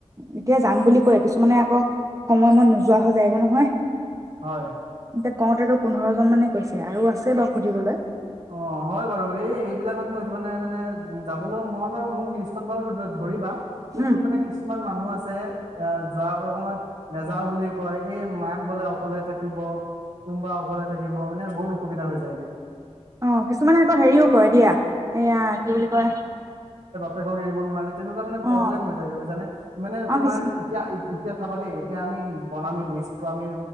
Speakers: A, on the right (about 25°); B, on the right (about 80°).
A: এতিয়া যাম বুলি কয় কিছুমানে আকৌ সময়মত নোযোৱা হৈ যায়গ নহয়।
B: হয়।
A: এয়া কওঁতেতো পোন্ধৰজন মানে কৈছে আৰু আছে বাৰু সুধিবলৈ।
B: অ' হয় বাৰু এই এইবিলাকত মুৰ এটো কাৰণে মানে যাবলৈ মই বাৰু মুক লিষ্টত বাৰু ধৰিবা। কিন্তু
A: উম
B: মানে কিছুমান মানুহ আছে তে যোৱা সময়ত নাযাও বুলি কয় এই মাক বোলে অকলে থাকিব কোনোবা অকলে থাকিব মানে বহুত অসুবিধা হৈ যায় গে।
A: অ' কিছুমানে আকৌ হেৰিও কৰেয় দিয়া এয়া কি বুলি কয়
B: তেক এৰিব নোৱাৰে তেনেকুৱা মানে
A: অ
B: প্ৰব্লেম হৈ যায়গৈ বুজছানে মানে
A: অ
B: তোমাৰ
A: কিছু
B: এতিয়া এতিয়া চাবা দেই এতিয়া আমি বনালো লিষ্টটো আমি